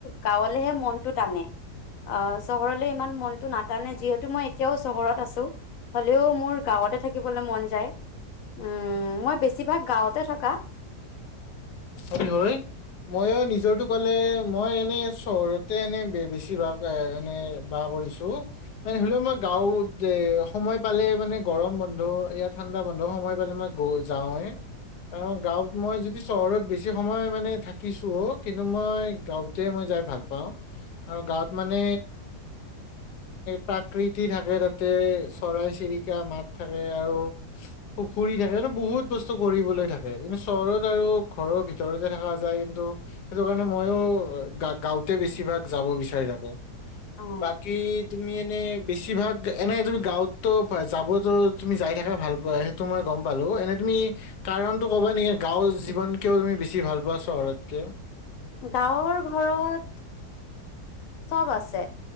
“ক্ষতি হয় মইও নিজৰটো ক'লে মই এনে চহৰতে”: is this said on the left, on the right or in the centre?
Left